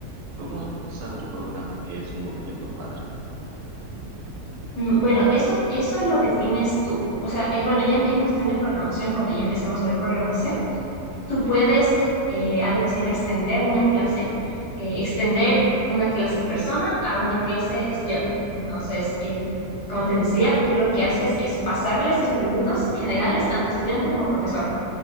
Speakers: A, on the right; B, on the left.
A: ¿cómo sabe el programa que es un objeto padre?
B: Mm, Bueno, eso, eso lo defines tú. O sea, eh, bueno, ya en, en cuestión de programación, cuando ya empecemos a ver programación, tú puedes, eh, algo que se llama extender una clase, eh, extender una clase persona a una clase estudiante. Entonces, eh, como te decía, tú lo que haces es pasarle estos atributos generales, tanto estudiante como profesor,